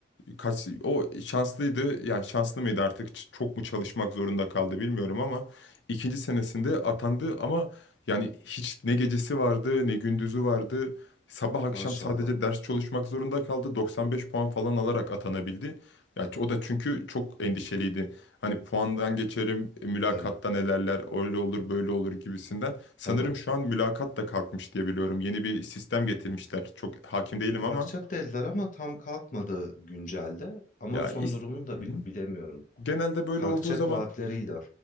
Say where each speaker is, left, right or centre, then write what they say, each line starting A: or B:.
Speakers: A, on the left; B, on the left.
A: kaç o şanslıydı yani şanslı mıydı artık ç- çok mu çalışmak zorunda kaldı bilmiyorum ama ikinci senesinde atandı ama yani hiç ne gecesi vardı ne gündüzü vardı sabah akşam
B: Maşallah.
A: sadece ders çalışmak zorunda kaldı 95 puan falan alarak atanabildi ya o da çünkü çok endişeliydi hani puandan geçerim e, mülakatta
B: Evet,
A: nelerler öyle olur böyle olur gibisinden sanırım
B: tabii.
A: şu an mülakat da kalkmış diye biliyorum yeni bir sistem getirmişler çok hakim değilim
B: Kalkacak
A: ama
B: dediler ama tam kalkmadı güncelde. Ama
A: ya
B: son
A: is
B: durumunu da
A: hı.
B: bil- bilemiyorum.
A: Genelde böyle
B: Kalkacak
A: olduğu zaman
B: vaatleriydi.